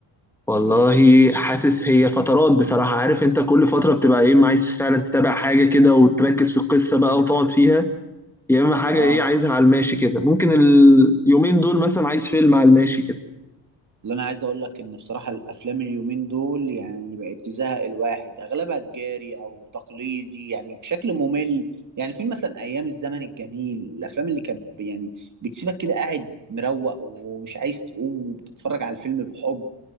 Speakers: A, in the centre; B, on the right.
A: والله حاسس هي فترات بصراحة عارف أنت كل فترة بتبقى يا إما عايز فعلا تتابع حاجة كده وتركز في القصة
B: مم.
A: بقى وتقعد فيها يا إما حاجة
B: اه
A: إيه عايزها على الماشي كده ممكن اليومين دول مثلا عايز فيلم على الماشي كده
B: اللي انا عايز اقول لك ان بصراحة الافلام اليومين دول يعني بقت تزهق الواحد اغلبها تجاري او تقليدي يعني بشكل ممل يعني فين مثلا ايام الزمن الجميل الافلام اللي كانت ب- يعني بتسيبك كده قاعد مروق ومش عايز تقوم وبتتفرج على الفيلم بحب